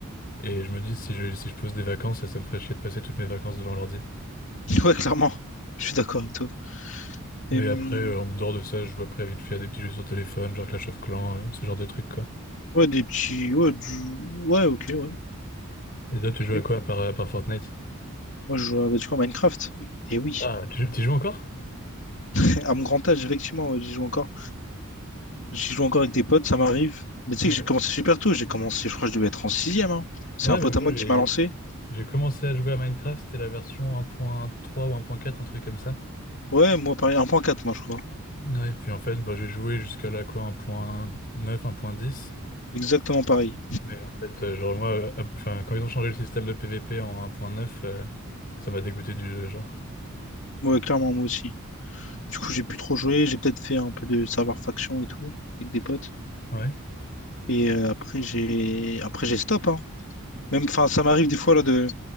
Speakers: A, on the left; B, on the left.
A: Et je me dis, si je, si je pose des vacances, ça me ferait chier de passer toutes mes vacances devant l'ordi.
B: <laughs> Ouais, clairement. Je suis d'accord avec toi.
A: Mais
B: Et, hum,
A: après, euh, en dehors de ça, je joue après vite fait des petits jeux sur téléphone, genre Clash of Clans, euh, ce genre de trucs, quoi.
B: ouais, des petits... Ouais, du- ouais, ok, ouais.
A: Et toi, tu
B: Ok.
A: joues à quoi à part, à part Fortnite?
B: Moi, je joue, à- bah, du coup, à Minecraft. Et oui.
A: Ah, tu, tu y joues encore?
B: <laughs> À mon grand âge, effectivement, ouais, j'y joue encore. J'y joue encore avec des potes, ça m'arrive. Mais tu
A: Ouais.
B: sais que j'ai commencé super tôt. J'ai commencé, je crois que je devais être en sixième, hein. C'est
A: Ouais,
B: un pote
A: bah moi,
B: à moi
A: j'ai,
B: qui m'a lancé.
A: j'ai commencé à jouer à Minecraft, c'était la version 1.3 ou 1.4, un truc comme ça.
B: Ouais, moi, pareil. un point quatre moi, je crois.
A: Ouais, puis en fait, bah, j'ai joué jusqu'à la quoi, 1.9, 1.10.
B: Exactement pareil.
A: Mais en fait, euh, genre, moi, euh, hop, enfin, quand ils ont changé le système de PVP en 1.9, euh, ça m'a dégoûté du jeu, genre.
B: Ouais, clairement, moi aussi. Du coup, j'ai plus trop joué. J'ai peut-être fait un peu de serveur faction et tout, avec des potes.
A: Ouais.
B: Et euh, après, j'ai, après, j'ai stop, hein. Même, enfin, ça m'arrive des fois, là, de,